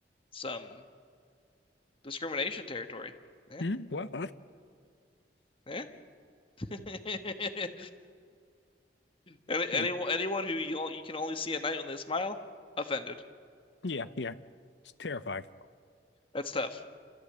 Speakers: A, on the left (about 30°); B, on the left (about 75°).
A: some discrimination territory. Yeah,
B: Hmm? What?
A: yeah. <laughs> Any, anyone
B: <laughs>
A: anyone who you you can only see at night when they smile, offended.
B: Yeah, yeah. It's terrifying.
A: That's tough.